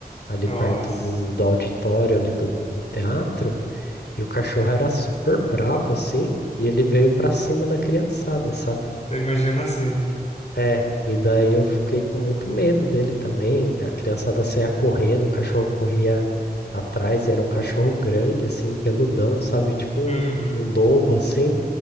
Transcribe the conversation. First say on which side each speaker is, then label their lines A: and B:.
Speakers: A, on the left; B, on the left.
A: ali
B: Nossa.
A: perto do, do auditório ali do, do teatro. E o cachorro era super bravo, assim, e ele veio pra cima da criançada, sabe?
B: Tô imaginando a cena.
A: É, e daí eu fiquei com muito medo dele também. A criançada saía correndo, o cachorro corria atrás, e era um cachorro grande, assim, peludão, sabe? Tipo um,
B: Uhum.
A: um lobo, assim.